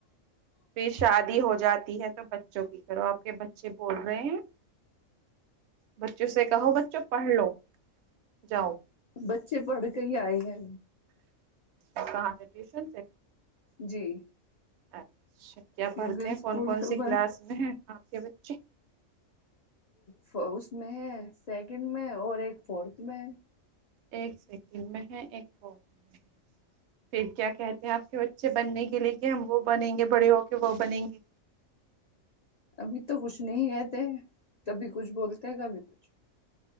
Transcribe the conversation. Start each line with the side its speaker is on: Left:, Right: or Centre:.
Right: پھر شادی ہو جاتی ہے تو ب کی کرو آ کے بچے بول رہے ہیں بچوں سے کہو بچوں پڑھ لو جاؤ
Left: بچے پڑھ کے ہی آئے ہیں
Right: کہاں سے ٹیوشن سے
Left: جی
Right: اچھا کیا
Left: کیونکہ
Right: پڑھتے ہیں
Left: اسکول
Right: کون کون
Left: تو
Right: سی
Left: ب
Right: کلاس میں ہے کے بچے
Left: ف اس میں ہے سیکنڈ میں اور ایک فورتھ میں
Right: ایک سیکنڈ میں ہے ایک فور میں ہے پھر کیا کہتے ہیں آپ کے بچے بننے کے لیے کہ ہم وہ بنیں گے بڑے ہو کے وہ بنیں گے
Left: ابھی تو کچھ نہیں کہتے ہیں کبھی کچھ بولتے ہیں کبھی کچھ